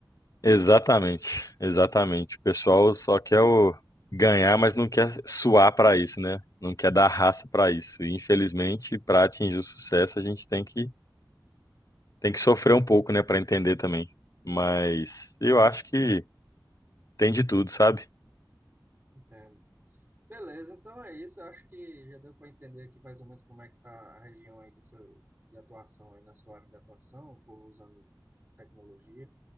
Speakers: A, on the left; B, on the right.
A: Exatamente, exatamente. O pessoal só quer o ganhar, mas não quer suar para isso, né? Não quer dar raça para isso. E infelizmente, para atingir o sucesso, a gente tem que tem que sofrer um pouco, né, para entender também. Mas eu acho que tem de tudo, sabe?
B: Entendo. Beleza, então é isso. Eu acho que já deu para entender aqui mais ou menos como é que está a região aí do seu, de atuação aí na sua área de atuação, o povo usando tecnologia.